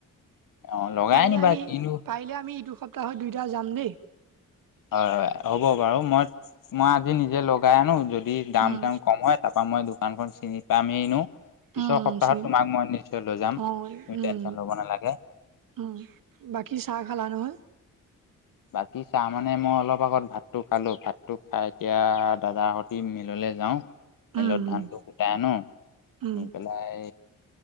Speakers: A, on the left; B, on the right.
A: অ লগাই
B: পাৰিলে
A: আনিবা
B: আমি
A: কিনো
B: পাৰিলে আমি ইটো সপ্তাহত দুইটা যাম দেই।
A: হয়, হয় হ'ব বাৰু। মই মই আজি নিজে লগাই আনো যদি দাম
B: উম
A: তাম কম হয় তাৰপা মই দোকানখন চিনি পামে এনেও। পিছৰ
B: উম
A: সপ্তাহত
B: চিনি
A: তোমাক মই নিশ্চয় লৈ যাম,
B: অঁ
A: তুমি
B: উম
A: টেনচন ল'ব নালাগে।
B: উম বাকী চাহ খালা নহয়?
A: বাকী চাহ মানে মই অলপ আগত ভাতটো খালোঁ, ভাতটো খাই এতিয়া দাদাহত টি মিললে যাওঁ। মেলত
B: উম উম
A: ধানটো কোটাই আনো, আনি
B: উম
A: পেলাই